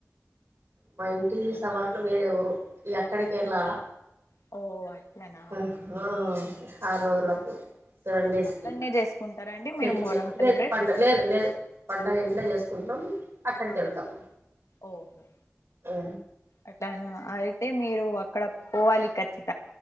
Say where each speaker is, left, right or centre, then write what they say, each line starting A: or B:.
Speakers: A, on the right; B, on the left.
A: మా ఇంటి సవాట్లో వేరే ఊరు ఎక్కడికి వెళ్ళాలా
B: ఓ అట్లనా
A: ఆహా ఆరు రోజులకు సెవెన్ డేస్కి
B: అక్కడనే చేసుకుంటారా అండి
A: చెట్టుని
B: మీరు మొహరం
A: లేదు
B: సెలబ్రేట్
A: పండ లేదు లేదు పండగ ఇంట్లో చేసుకుంటాం అక్కడికి
B: ఆ
A: వెళ్తాం
B: ఓహో
A: ఆ
B: అట్లయిన అయితే మీరు అక్కడ పోవాలి ఖచ్చిత